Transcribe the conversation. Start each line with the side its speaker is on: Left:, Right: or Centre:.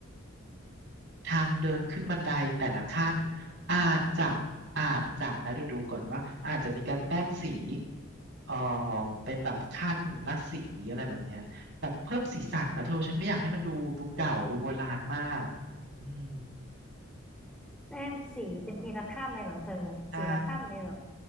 Right: ทางเดินขึ้นบันไดแต่ละขั้นอาจจะอาจจะนะเดี๋ยวดูก่อนว่าอาจจะมีการแต้มสีเอ่อเป็นแบบขั้นละสีอะไรแบบเนี้ยแบบเพิ่มสีสันนะเธอฉันไม่อยากให้มันดูดูเก่าดูโบราณมากอืม
Centre: แต้มสีเป็นทีละข้ามเลยเหรอเธอสีละข้ามเลยเหรอ
Right: ใช่